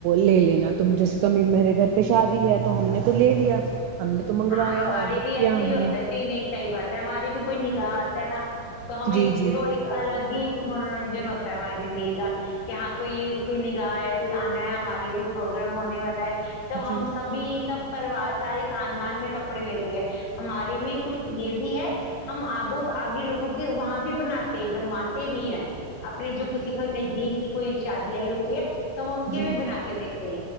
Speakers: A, on the right (about 85°); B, on the left (about 85°).
A: لے لینا تم جیسے تو میرے گھر پہ شادی ہے تو ہم نے تو لے لیا ہم نے تو منگوایا
B: ہاں ہمارے
A: آڈر
B: بھی
A: کیا
B: ایسے
A: ہم
B: ہی ہوتا
A: نے
B: ہے نہیں نہیں صحی بات ہے ہماری بھی کوئی ن گا ت نا <unintelligible> تو ہمیں
A: جی جی
B: دیکھو ایک الگ ہی منورنج ہوتا ہے ہماری زندگی کا کہ ہاں کوئی کوئی نگاہ ہےیا کوئی آنا ہے ہمارے کوئی پروگرام ہونے والا ہے تب
A: جی
B: ہم سبھی سب پروار ساری کان خاندان میں کپڑے لیتے ہیں ہمارے میں کچھ یہ بھی ہے ہم آگ آگے لوگوں کے وہاں بھی بناتے بنواتے بھی ہیں اپنے جو کسی کو نزدیک کی کوئی شادی آئی ہوتی ہے تو ہن
A: جی
B: کی بنا کے دتی